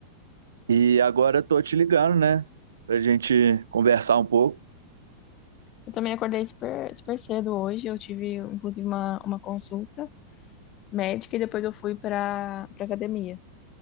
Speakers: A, on the right; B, on the left.
A: e agora eu tô te ligando, né? Pra gente conversar um pouco.
B: Eu também acordei super, super cedo hoje. Eu tive, inclusive, uma, uma consulta médica e depois eu fui para para academia.